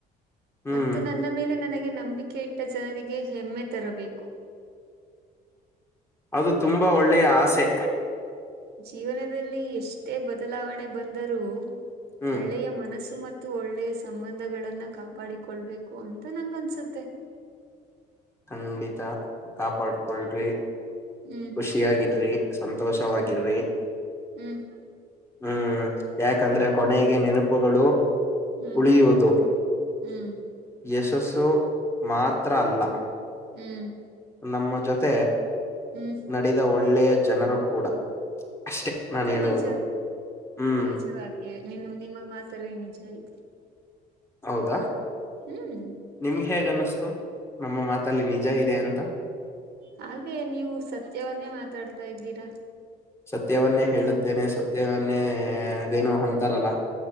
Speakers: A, on the left; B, on the right.
A: ಹ್ಮ್
B: ಮತ್ತು ನನ್ನ ಮೇಲೆ ನನಗೆ ನಂಬಿಕೆ ಇಟ್ಟ ಜನರಿಗೆ ಹೆಮ್ಮೆ ತರಬೇಕು.
A: ಅದು ತುಂಬಾ ಒಳ್ಳೆಯ ಆಸೆ.
B: ಜೀವನದಲ್ಲಿ ಎಷ್ಟೇ ಬದಲಾವಣೆ ಬಂದರೂ
A: ಹ್ಮ್
B: ಒಳ್ಳೆಯ ಮನಸ್ಸು ಮತ್ತು ಒಳ್ಳೆಯ ಸಂಬಂಧಗಳನ್ನ ಕಾಪಾಡಿಕೊಳ್ಬೇಕು ಅಂತ ನಂಗ್ ಅನ್ಸುತ್ತೆ.
A: ಖಂಡಿತ ಕಾಪಾಡ್ಕೊಳ್ರಿ
B: ಹ್ಮ್
A: ಖುಷಿಯಾಗಿರ್ರಿ ಸಂ ಸಂತೋಷವಾಗಿರ್ರಿ.
B: ಹ್ಮ್ ಹ್ಮ್.
A: ಹ್ಮ್ ಯಾಕಂದ್ರೆ ಕೊನೆಗೆ ನೆನಪುಗಳು.
B: ಹ್ಮ್
A: ಉಳಿಯುವುದು
B: ಹ್ಮ್
A: ಯಶಸ್ಸು ಮಾತ್ರ ಅಲ್ಲ.
B: ಹ್ಮ್.
A: ನಮ್ಮ ಜೊತೆ.
B: ಹ್ಮ್.
A: ನಡೆದ ಒಳ್ಳೆಯ ಜನರು ಕೂಡ. ಅಷ್ಟೆ
B: ಅದು
A: ನಾನು ಹೇಳುವುದು
B: ನಿಜ
A: ಹ್ಮ್
B: ನಿಜವಾಗಿ. ನಿನ್ನ ನಿಮ್ಮ ಮಾತಲಿ ನಿಜ ಇದೆ.
A: ಹೌದಾ
B: ಹ್ಮ್
A: ನಿಮ್ಗೆ ಹೇಗ್ ಅನ್ನಿಸ್ತು ನಮ್ಮ ಮಾತಲ್ಲಿ ನಿಜ ಇದೆ ಅಂತ
B: ಹಾಗೆ ನೀವು ಸತ್ಯವನ್ನೇ ಮಾತಾಡ್ತಾ ಇದ್ದೀರಾ.
A: ಸತ್ಯವನ್ನೇ ಹೇಳುತ್ತೇನೆ ಸತ್ಯ ಮತೆ ಮೊನ್ನೇ ಅದೇನು ಅಂತಾರಲ್ಲ